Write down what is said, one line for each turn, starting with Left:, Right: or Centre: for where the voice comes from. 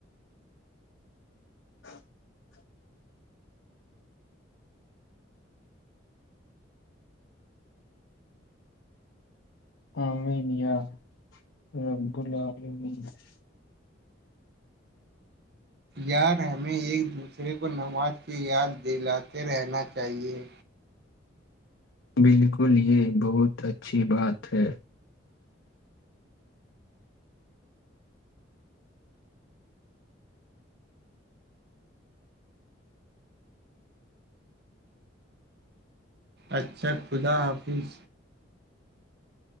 Left: <inaudible> <inaudible>
Right: یار ہمیں ایک دوسرے کو نماز کی یاد دلاتے رہنا چاہیے
Left: بالکل یہ بہت اچھی بات ہے
Right: اچھا خدا حافظ